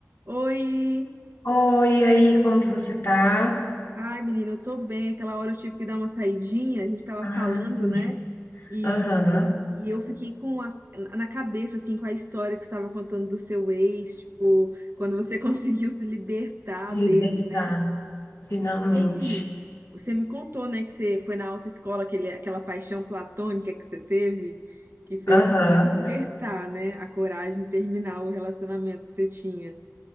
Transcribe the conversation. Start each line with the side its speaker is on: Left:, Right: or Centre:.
Right: Oi!
Left: Oi, e aí, como que você tá?
Right: Ai, menina, eu tô bem. Aquela hora eu tive que dar uma saidinha, a gente tava
Left: Ah,
Right: falando,
Left: sim.
Right: né? E,
Left: Aham.
Right: e eu fiquei com a, na cabeça, assim, com a história que você estava contando do seu ex, tipo, quando você <laughs> conseguiu se libertar
Left: Se libertar,
Right: dele, né?
Left: finalmente.
Right: Tipo assim, você me contou, né, que você foi na autoescola, aquele, aquela paixão platônica que você teve, que fez
Left: Aham.
Right: despertar, né, a coragem de terminar o relacionamento que você tinha.